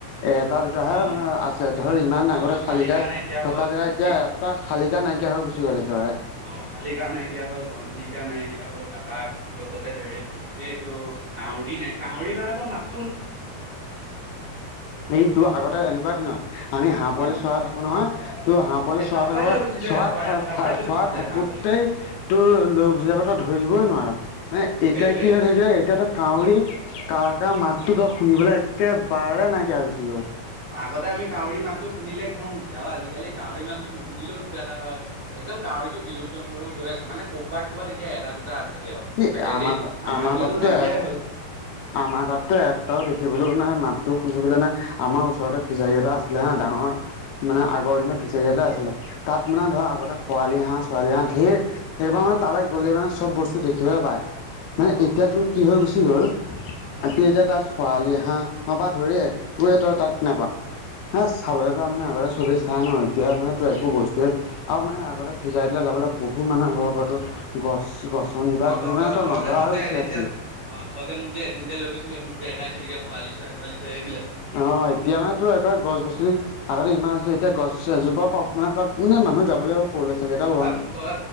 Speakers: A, on the left; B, on the right.
A: এটা, দুটাহে
B: অ
A: মানে আছে ধৰ ইমান
B: অ
A: আগতে
B: তোৰ
A: শালিকা
B: নাইকিয়া হ'ল
A: থকা জেগা
B: ঘনচি
A: এতিয়া তাৰ খালীকা নাইকিয়া হৈ গুচি গ'ল একেবাৰে।
B: অ', খালিকা নাইকিয়া হ'ল, ঘোঁচিৰিকা নাইকিয়া হ'ল, তাৰাপৰা আকৌ তো লগতে হেৰি এইটো কাউৰী নাই, কাউৰী মানেতো মাত
A: এইটো আগতে এনেকুৱা দিনত আমি হাঁহ পোৱালি
B: অ
A: চৰাই থা কো নহয়, ত' হাঁহ পোৱালি
B: এই
A: চৰা
B: তাৰ
A: থাকো
B: পৰাই
A: বা
B: লৈ গুচি যায়
A: চৰাই থা-থা
B: থকা পৰাই লৈ
A: চৰাই
B: গুচি যায়
A: থাকোঁতেই
B: হাঁহ পোৱালিটো
A: তোৰ লৈ গুচি যাব তই ধৰিবই নোৱাৰ, মানে
B: অ
A: এতিয়া
B: সেইটোৱে
A: কি হয় থাকিলে এতিয়া তই কাউৰী কা কা মাতটো তই শুনিবলৈ একেবাৰে নাইকিয়া হৈ গুচি গ'ল।
B: আগতে আমি কাউৰী মাতটো শুনিলে খং উঠে আৰু আজিকালি কাউৰী মাতটো নুশুনিলেও কিবা এটা হয়। একদম কাউৰীটো বিলুপ্ত হৈ গৈ গৈ আ মানে কৰ'বাত ক'বাত এতিয়া এটা দুটা আছেগে আৰু
A: সি
B: চাগে
A: আমাৰ
B: দেই, আমাৰ এইফালেতো
A: তাততো
B: নাইকিয়াই
A: এ
B: হ'ল।
A: আমাৰ তাততো এটাও দেখিবলৈও নাই, মাতটো শুনিবলৈ নাই, আমাৰ ওচৰতে ফিচাৰী এটা আছিলে হে ডাঙৰ মানে
B: অ
A: আগৰ
B: অ
A: দিনৰ ফিচাৰী এটা আছিলে, তাত মানে ধৰ আগতে খোৱালি হাঁহ ছোৱালি হাঁহ ধেৰ, এইবাৰ মানে তালৈ গ'লে মানে চব বস্তু দেখিবলৈ পায়, মানে
B: অ
A: এতিয়াতো কি হৈ গুছি গ'ল
B: অ
A: <unintelligible> তাত খৰালি হাঁহ পৰা ধৰি একোৱে তই তাত নাপা। এ, চাবলৈ তাৰমানে আগতে চবেই চাই ন' এতিয়া মানে তোৰ
B: উম
A: একো
B: উম
A: বস্তুৱে আৰু মানে আগতে ফিচাৰীলৈ যাবলৈ বহুত মানুহে ভয় কৰে, তেওঁৰ গছ-গছ শনিবাৰ
B: অ ত
A: ধৰি মানে তই নধৰা
B: যে মোক
A: হৈ
B: যে
A: গুচি
B: এদিন
A: আছি
B: যে অ' তই যে মোক যে এদিন যে লৈ গৈছিলি, মোক যে দেখাইছিলি খৰালি চৰাই তৰালি চৰাই এইবিলাক?
A: অ' এতিয়া মানে তোৰ একেবাৰে গছ গছনি আগতে ইমান আছিলে এতিয়া গছ এজোপাও পাব মানে তাত মানে মানুহ যাবলেও সৰুৰে ছোৱালী এটাওঁ
B: <unintelligible> তই